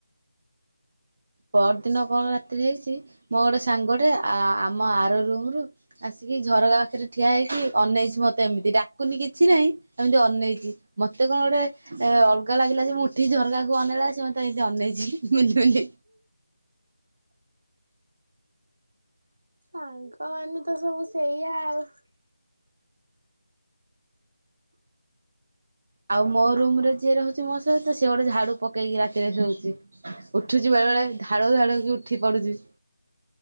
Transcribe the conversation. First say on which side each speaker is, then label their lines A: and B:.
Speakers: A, on the right; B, on the right.
A: ପରଦିନ କଣ ରାତିରେ ହେଇଛି। ମୋର ସାଙ୍ଗଟେ ଆ ମୋ ଆର ରୁମ ରୁ ଆସିକି ଝରକା ପାଖରେ ଠିଆ ହେଇକି ଅନେଇଛି ମତେ ଏମିତି ଡାକୁନି କିଛି ନାହିଁ। ଏମିତି ଅନେଇଛି ମତେ କଣ ଗୋଟେ ଅଲଗା ଲାଗିଲା ଯେ ମୁଁ ଉଠିକି ଝରକା କୁ ଅନେଇଲା ବେଳକୁ ସେ ମତେ ମତେ ଏମିତି ଅନେଇଚି ମିଞ୍ଜିମିଞ୍ଜି
B: ସାଙ୍ଗ ହଁ ଆମେ ତ ସବୁ ସେଇଆ ଆଉ
A: ଆଉ ମୋ ରୁମ ରେ ଯିଏ ରହୁଛି ମୋ ସହିତ ସେ ଗୋଟେ ଝାଡୁ ପକେଇକି ରାତିରେ ଶୋଉଛି। ଉଠୁଛି ବେଳେ ବେଳେ ଧାଡଉ ଧାଡଉ କି? ଉଠି ପଡୁଛି।